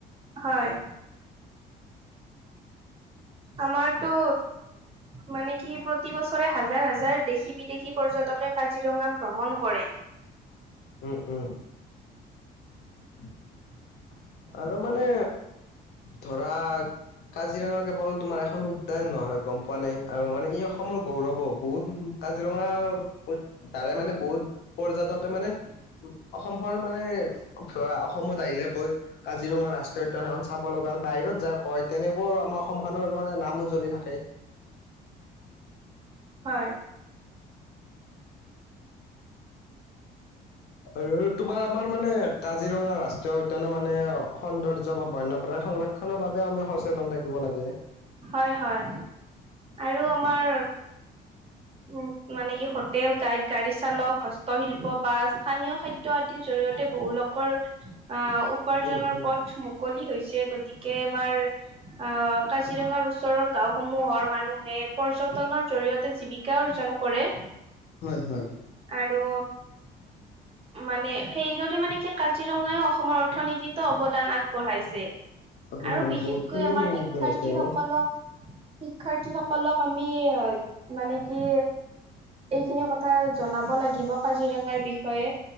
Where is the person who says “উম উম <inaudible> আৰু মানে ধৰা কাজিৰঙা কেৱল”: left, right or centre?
Left